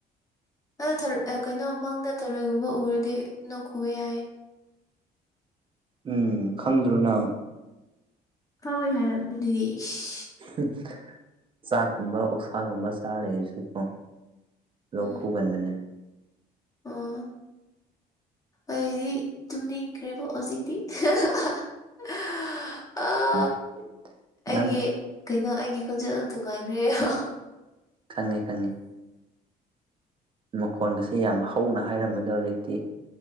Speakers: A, on the left; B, on the right.
A: ꯑꯗꯣ ꯊꯔꯣꯏ ꯑꯦ ꯀꯩꯅꯣ ꯃꯪꯗ ꯊꯔꯣꯏꯒꯨꯝꯕ ꯎꯔꯗꯤ ꯅꯣꯛ ꯈꯨꯋꯦ ꯍꯥꯏꯌꯦ
B: ꯎꯝ ꯈꯪꯗ꯭ꯔꯣ ꯅꯪ
A: ꯐꯥꯎꯋꯦ ꯍꯥꯏꯔꯛ ꯑꯗꯨꯗꯤ ꯁꯁ
B: ꯍꯨꯡ ꯍꯍ ꯆꯥꯛꯀꯨꯝꯕ ꯑꯣꯛꯁꯥꯒꯨꯝꯕ ꯆꯥꯔ ꯂꯩꯔꯁꯨꯀꯣ ꯂꯣꯛ
A: ꯎꯝ
B: ꯈꯨꯒꯟꯕꯅꯦ
A: ꯑꯣ ꯑꯩꯗꯤ ꯇꯨꯝꯅꯤꯡ ꯈ꯭ꯔꯦꯕꯣ ꯍꯧꯖꯤꯛꯇꯤ ꯍꯥ ꯍꯥ ꯍꯥ ꯍꯍ ꯍꯍ ꯑꯥ
B: ꯎꯝ ꯅꯪ
A: ꯑꯩꯒꯤ ꯀꯩꯅꯣ ꯑꯩꯒꯤ ꯈꯣꯟꯖꯦꯜꯗ ꯊꯨꯡꯉꯥꯏꯈ꯭ꯔꯦ ꯍꯍ
B: ꯈꯪꯉꯦ ꯈꯪꯉꯦ ꯃꯈꯣꯟꯒꯁꯦ ꯌꯥꯝ ꯍꯧꯅ ꯍꯥꯏꯔꯝꯕꯗꯣ ꯍꯧꯖꯤꯛꯇꯤ